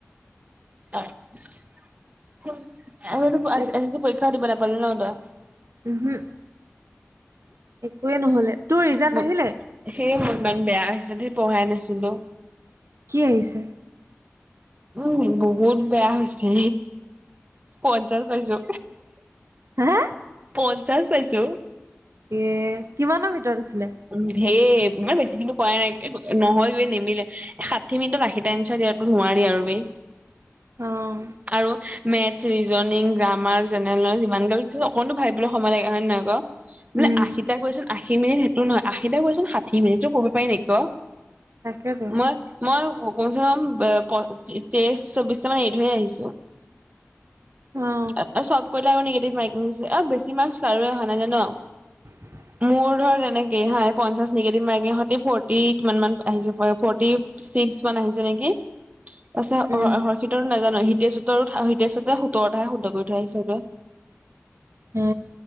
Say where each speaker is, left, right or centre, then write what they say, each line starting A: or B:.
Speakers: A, on the right (about 30°); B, on the right (about 75°).
A: হয়, এ এবাৰটো এচ এচ চি পৰীক্ষা
B: এ
A: দিব নাপালি ন তই?
B: উমহু, একোৱে নহ'লে। তোৰ ৰিজাল্ট
A: <unintelligible>
B: আহিলে
A: সেয়ে হ'ল দাং বেয়া হিচাপে পঢ়াই নাছিলো।
B: কি আহিছে?
A: উম বহুত বেয়া হৈছে। পঞ্চাশ পাইছো,
B: হা
A: পঞ্চাশ পাইছোঁ।
B: এ কিমানৰ ভিতৰত আছিলে?
A: উম <unintelligible> ইমান বেছিখিনিও কৰাই নাই <unintelligible> নহয় বেই নিমিলে। ষাঠি মিনিটত আশীটা এনচাৰ দিয়াতো নোৱাৰি আৰু বেই।
B: অঁ।
A: আৰু maths, reasoning, grammar, general knowledge যিমান গাল দিছে অকণটো ভাবিবলে সময় লাগে হয় নে নহয় ক? বোলে
B: উম
A: আশীটা কোৱেচন আশী মিনিট সেইটো নহয়, আশীটা কোৱেচন ষাঠি মিনিটত কৰিব পাৰি নেকি ক?
B: তাকেতো
A: মই মই ক কমচে কম এ প তে তেইশ চৌবিশটামান এৰি থৈয়ে আহিছ তেও,
B: অ
A: এ এ চব কৰিলে আকৌ নিগেটিভ মাৰ্কিং দিছে, এ বেছি মাৰ্কছ কাৰোয়েই‌ আহা নাই জান?
B: <inaudible>
A: মোৰ ধৰ তেনেকে হা পঞ্চাশ নিগেটিভ মাৰ্কিং সতে ফৰটি কিমান মান আহিছে আ ফৰটি ছিক্সমান আহিছে নেকি? তাৰ পিছত
B: উম
A: অ অ হৰ্ষিতৰ নাজানো হিতেষহঁতৰো ঠাৰ হিতেষহঁতে সোতৰতাহে শুদ্ধ কৰি তৰই চাগে?
B: এ